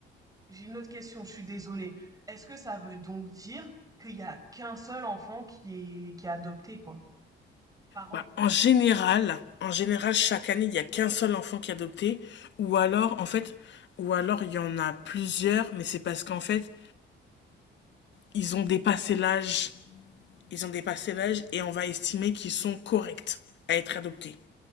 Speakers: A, on the right; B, on the left.
A: J'ai une autre question, je suis désolée. Est-ce que ça veut donc dire qu'il y a qu'un seul enfant qui est, qui est adopté, quoi, par an?
B: Bah, en général, en général, chaque année, il n'y a qu'un seul enfant qui est adopté, ou alors, en fait, ou alors il y en a plusieurs, mais c'est parce qu'en fait, ils ont dépassé l'âge, ils ont dépassé l'âge et on va estimer qu'ils sont corrects à être adoptés.